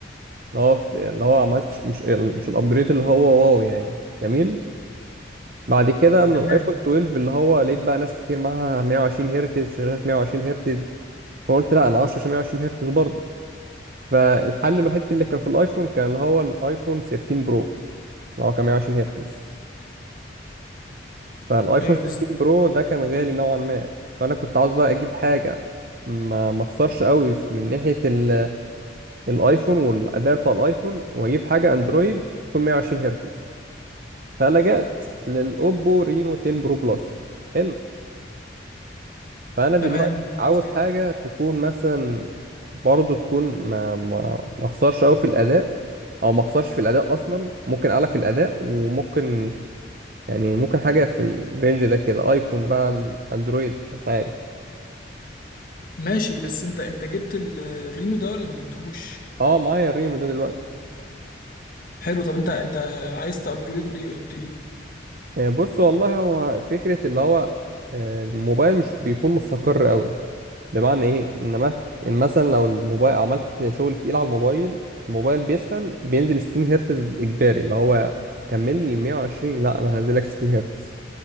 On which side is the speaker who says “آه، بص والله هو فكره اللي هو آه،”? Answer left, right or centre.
Right